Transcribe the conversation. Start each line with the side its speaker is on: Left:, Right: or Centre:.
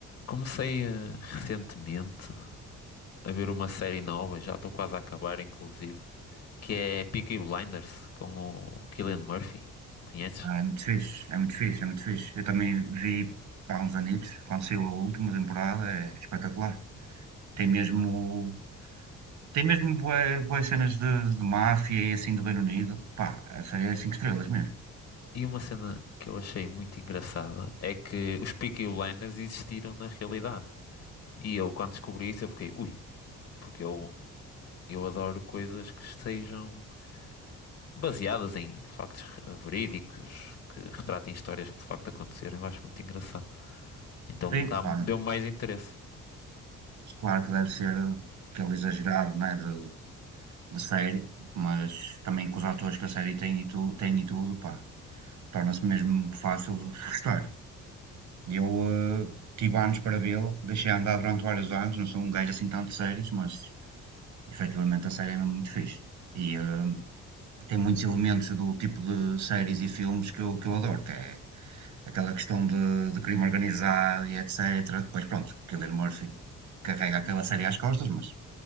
Left: Comecei eh, recentemente a ver uma série nova, já estou quase a acabar, inclusive, que é Peaky Blinders com o Cillian Murphy. Conheces?
Right: Ah, é muito fixe, é muito fixe, é muito fixe. Eu também vi há uns anitos, quando saiu a última temporada, é espetacular. Tem mesmo, tem mesmo bué, bué cenas de, de máfia e assim do Reino Unido. Pá, a série é cinco estrelas mesmo.
Left: E uma cena que eu achei muito engraçada é que os Peaky Blinders existiram na realidade. E eu, quando descobri isso, eu fiquei, ui, porque eu, eu adoro coisas que estejam baseadas em factos re- verídicos, que retratem histórias que de facto aconteceram. Eu acho muito engraçado. Então
Right: Sim,
Left: dá-
Right: pá,
Left: deu-me mais interesse.
Right: claro que deve ser aquele exagerado, né, de, de série, mas também com os atores que a série tem e, tu, tem e tudo, pá, torna-se mesmo fácil de gostar. E eu eh, tive anos para vê-la, deixei andar durante vários anos, não sou um gajo assim tanto de séries, mas efetivamente a série é mesmo muito fixe. E eh, tem muitos elementos do tipo de séries e filmes que eu, que eu adoro, que é aquela questão de, de crime organizado e etc. Depois, pronto, Cillian Murphy carrega aquela série às costas, mas